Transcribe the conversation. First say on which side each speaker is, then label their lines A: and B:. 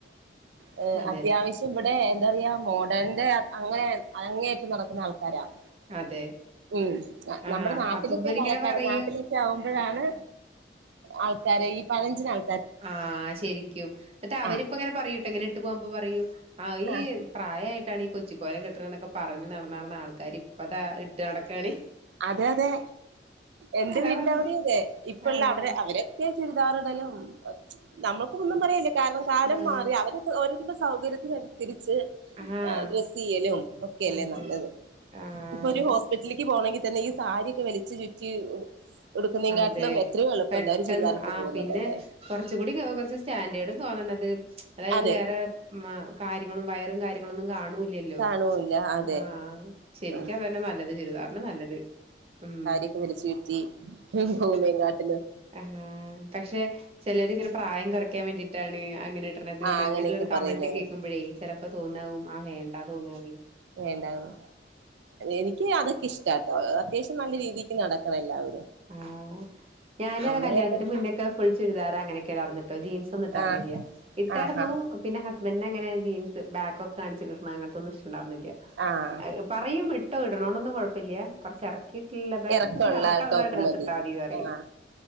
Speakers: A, on the right (about 80°); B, on the right (about 35°).
A: ഹ്‌
B: അതെ
A: അത്യാവശ്യം ഇവിടെ എന്താറയ മോഡേന്റെ അങ്ങനെ അങ്ങേറ്റം നടത്തുന്ന ആൾ തരാം
B: അതെ
A: ഉം നമ്മുടെ
B: ആഹ്
A: നാട്ടിലൊക്കെ
B: അപ്പൊ ഇവരിങ്ങനെ
A: പാലക്കാര
B: പറയും
A: നാട്ടിലൊക്കെ ആവുമ്പോഴാണ് ആൾക്കാരെ ഈ പഴഞ്ജനആൾ
B: ആ ശരിക്കും എന്നിട്ടാ അവരിപ്പങ്ങനെ
A: ആഹ്
B: പറയൂട്ടോ ഇങ്ങനെ ഇട്ട് പോവാ്പ പറയൂ ആ ഈ
A: ആഹ്
B: പ്രായയി ഇിട്ടാണ് ഈ കൊച്ചിക്കോലം കെട്ടണ് ന്നൊക്കെ പറഞ്ഞ് നടന്നാർന്ന ആൾക്കാർ ഇപ്പതാ ഇട്ട് നടക്കാണ്
A: അതെ അതെ എന്റെ
B: അതാ
A: വീടിന്റെ
B: പറഞ്ഞെ
A: അവിടി തെ ഇപ്പ
B: ആഹ്
A: ഉള്ള അവരെ അവരൊക്കെ ചുരിദാർ ക്കെന്തയലും നമ്മൾകൊന്നും പറയല്ല്യ കാരണം കാലം
B: ആഹ്
A: മാറി അവര ഓരോരുത്തരുടെ സൗകര്യത്തിനനുസരി സ്
B: ആഹ്
A: അ ഗ്രസ്സ്യ്യലും ഒക്കെ അല്ലേ
B: അതെ
A: നല്ലത്
B: ആഹ്
A: ഉപ്പൊ ഒരു ഹോസ്പിറ്റലിക്ക് പോണങ്കി തന്നെ ഈ സാരിയൊക്കെ വലിച്ചു ചുറ്റി ഉടുക്കുന്നതിനെക്കാട്ടിലും
B: അതെ
A: എത്രയോ എളുപ്പം
B: പെട്ടെന്ന്
A: എന്താ ഒരു ചുരിദാറിട്ട്
B: ആ
A: പോകുന്നതല്ലേ
B: പിന്നെ കൊറച്ചു കൂടി ക്കേ കുറച്ച് സ്റ്റാൻഡേഡും ക് തോന്നന്നത് അതായത്
A: അതെ
B: വേറെ മം മ കാര്യങ്ങളും വയറും കാര്യങ്ങളുന്നും കാണു ഇല്യല്ലോ
A: കാണൂല്ല അതെ
B: ആഹ ശരിക്കഅതന്നെ
A: ഉം
B: നല്ലത് ചുരിദാറെന്നെ നല്ലത് ഉം
A: <unintelligible>
B: ർശ്
A: പോകുന്നതിനെക്കാട്ടിലും
B: ആ പക്ഷെ ചെലർ ഇങ്ങനെ പ്രായം കൊർ കൊറക്കാൻ വേണ്ടിട്ടാണ് അങ്ങനെ ന്നത്
A: ആ അങ്ങനെയൊക്കെ
B: അങ്ങനെള്ളൊരു കമന്റ്
A: പറയുന്നവര്
B: കേൾക്കുമ്പോഴേ ച്ചെലർക് തോന്നാവു ആ വേണ്ട തോന്നാവേ
A: വെണ്ടാർന്നു എനിക്ക് അതൊക്കെ ഇഷ്ടട്ടോ അത്യാവശ്യം നല്ല രീതിക്ക് നടക്കണഎല്ലാവരു
B: ആ ഞാന
A: നമ്മളൊക്കെ
B: കല്യാണത്തിന്റെ മുന്നൊക്കെ ഫുൾ ചുരിദാറ അങ്ങനെയൊക്കെ ആകുന്ന ട്ടോ ജീൻസ് ഒന്നും ഇട്ടായിർുന്നില്ല
A: ആഹ്
B: ജീൻസൊന്നും ഇട്ടർന്നില്ല ഇട്ടായിരുന്നു
A: ആഹാ
B: പിന്നെ ഹസ്ബൻഡ അങ്ങനെ ജീൻസ് ബാക്ക്‌ ഒക്കെ കാണിച്ചു അങ്ങനത്തൊന്നും ഇഷ്ടുണ്ടായിരുന്നില്ല
A: ആഹ്
B: പറയും ഇട്ടോ ഇടണോണ്ടൊന്നും കുഴപ്പമില്ല്യ കുറച്ച് ഇറക്കിയിട്ടിള്ള ബാക്ഒകെ
A: ഇറക്കമുള്ള
B: ഇങ്ങനെ ഇറകള്ള
A: ടോപ്പ്
B: ഡ്രസ്സ്ഇട്ടാമതിഅറി
A: മതി ആഹ്